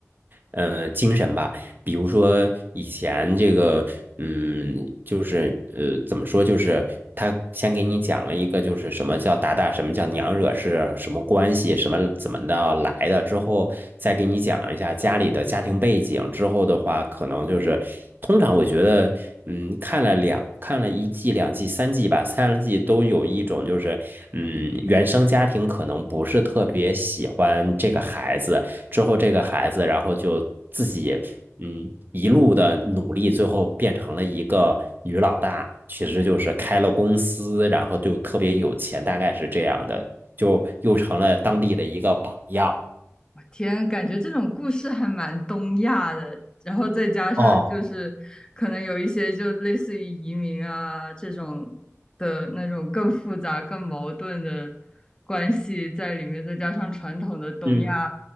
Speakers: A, on the right; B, on the left.
A: 呃精神吧。比如说以前这个，嗯，就是呃，怎么说，就是他先给你讲了一个，就是什么叫打打，什么叫娘惹是什么关系，什么怎么的来的，之后再给你讲一下家里的家庭背景，之后的话，可能就是通常我觉得，嗯，看了两看了一季、两季、三季吧，三季都有一种就是，嗯，原生家庭可能不是特别喜欢这个孩子。之后这个孩子，然后就自己嗯一路的努力，最后变成了一个女老大，其实就是开了公司，然后就特别有钱，大概是这样的，就又成了当地的一个榜样。
B: 我天，感觉这种故事还蛮东亚的，然后再加上就是可能有一些就类似于移民啊这种的那种更复杂、
A: 哦，
B: 更矛盾的关系在里面，再加上传统的东亚
A: 嗯，